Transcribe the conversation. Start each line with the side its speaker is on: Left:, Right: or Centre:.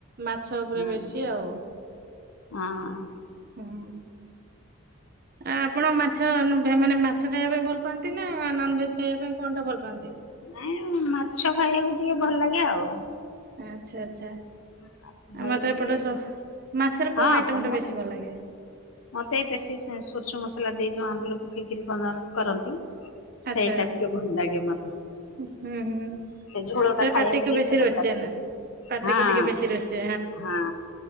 Right: ମାଛ ଉପରେ ବେଶୀ
Left: ହଁ
Right: ଆଉ
Left: ହଁ
Right: ହୁଁ ଆ ଆପଣ ମାଛ ମାନେ ମାଛ ଖାଇବା ପାଇଁ ଭଲ ପାଆନ୍ତି ନା ନନ ଭେଜ ଖାଇବା ପାଇଁ କଣ ଟା ଭଲ ପାଆନ୍ତି?
Left: ନାଇଁ ମାଛ ଖାଇବାକୁ ଟିକେ ଭଲ ଲାଗେ ଆଉ
Right: ଆଚ୍ଛା ଆଚଛା
Left: ମାଛ ଖାଇବାକୁ
Right: ଆମତେ
Left: ଟିକେ
Right: ଏପଟ ମାଛର
Left: ହଁ
Right: କୋଉ ଆଇଟମ
Left: ତମର
Right: ଟା ବେଶୀ ଭଲ ଲାଗେ?
Left: ମତେ ବେଶୀ ସୋର୍ଷୁ ମସଲା ଦେଇଯଉ ଆମ୍ବଲ ପିକରି କରନ୍ତି ସେଇଟା
Right: ଆଚ୍ଛା
Left: ଟିକେ ଭଲ ଲାଗେ ମତେ।
Right: ହୁଁ ହୁଁ
Left: ସେ ଝୋଳ
Right: ସେଟା
Left: ଟା ଖାଇବା
Right: ପାଟିକୁ
Left: କୁ ଟିକେ
Right: ବେଶୀ
Left: ଖଟା
Right: ରୋଚେ
Left: ଖଟା
Right: ନା ପାଟିକୁ
Left: ହଁ
Right: ଟିକେ ବେଶୀ ରୋଚେ
Left: ହଁ